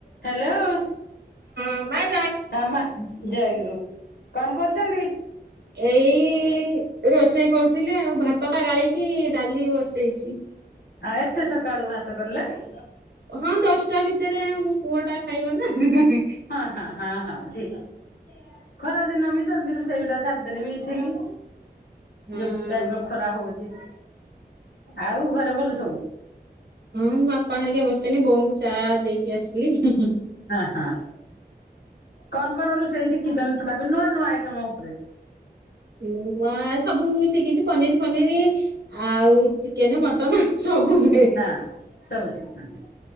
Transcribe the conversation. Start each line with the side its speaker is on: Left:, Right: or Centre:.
Left: Hello
Right: <unintelligible>
Left: ହ ମା ଜୟଗୁରୁ କଣ କରୁଚନ୍ତି?
Right: ଏଇ ରୋଷେଇ କରୁଥିଲି ଆଉ ଭାତ ଟା ଗାଳିକି ଡାଲି ବସେଇଚି।
Left: ଆଉ ଏତେ ସକାଳୁ ଭାତ କଲଣି?
Right: ହଁ ଦଶ୍ ଟା ଭିତରେ ମୋ ପୁଅ ଟା ଖାଇବ ନା।
Left: ହଁ ହଁ ହଁ ହଁ ଠିକ୍ ଅଛି। ଖରା ଦିନ ବି ଜଲଦି ରୁଷେଇ ଗୁଟା ସାରଦେଲେ ବି ଠିିକି।
Right: ହଁ।
Left: <unintelligible> ଖରା ହଉଚି, ଆଉ ଘରେ ଭଲ ସବୁ?
Right: ହଁ ଆପା ହରିକା ବସିଚନ୍ତି ବୋଉଙ୍କୁ ଚା ଦେଇକି ଆସିଲି।
Left: ହଁ ହଁ। କଣ କଣ ରୁଷେଇ ଶିଖିଚନ୍ତି ତାପରେ ନୂଆ ନୂଆ ଆଇଟମ ଉପରେ?
Right: ନୂଆ ସବୁ ଶିକିଚି ପନିର୍ ଫନିରି ଆଉ ଚିକେନେ ମଟନ ସବୁ। ହୁଏ।
Left: ହଁ ସବୁ ଶିଖିଚନ୍ତି।